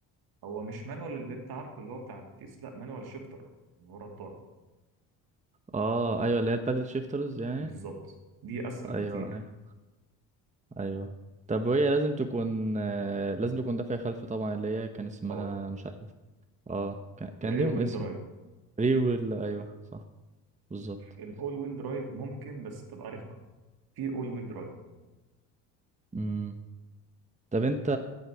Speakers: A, on the right (about 60°); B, on the right (about 15°).
A: هو مش مانوال اللي انت عارفه اللي هو بتاع الكيس لا مانوال شيفتر من ورا الطارة
B: اه ايوه اللي هي البادل شيفترز يعني
A: بالظبط دي اسهل
B: ايوه
A: بكتير
B: ايوه ايوه طب وهي لازم تكون آه، لازم تكون دافعة خلف طبعا اللي هي كان اسمها
A: طبعا
B: مش عارف اه كان, كان
A: الرير
B: ليهم
A: ويل
B: اسم
A: درايف
B: ريل ويل ايوه صح بالظبط
A: الاول ويل درايف ممكن بس تبقى رخمه في اول ويل درايف
B: مم. طب انت